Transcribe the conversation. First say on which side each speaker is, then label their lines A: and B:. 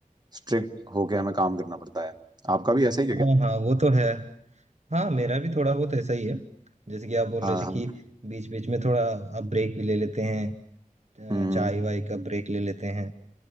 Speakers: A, on the right; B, on the right.
A: स्ट्रिक्ट होके हमें काम करना पड़ता है आपका भी ऐसा ही है
B: हाँ
A: क्या
B: हाँ वो तो है हाँ मेरा भी थोड़ा बहुत ऐसा ही है जैसे कि आप बोल
A: हाँ
B: रहे थे
A: हाँ
B: कि बीच बीच में थोड़ा आप ब्रेक भी ले लेते हैं
A: हम्म
B: अ, चाय वाय का ब्रेक ले लेते हैं